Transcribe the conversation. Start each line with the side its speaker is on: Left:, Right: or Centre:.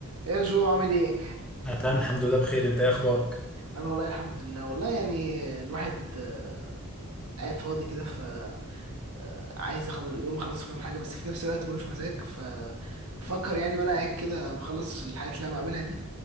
Right: ايه يا جو عامل ايه؟
Centre: انا تمام الحمد لله بخير انت ايه اخبارك
Right: انا والله الحمد لله والله يعني الواحد آه، قاعد فاضي كده ف آه، عايز يخل... يوم اخلص كام حاجه بس في نفس الوقت ملوش مزاج ف بفكر يعني وانا قاعد كده بخلص الحاجات اللي انا بعملها دي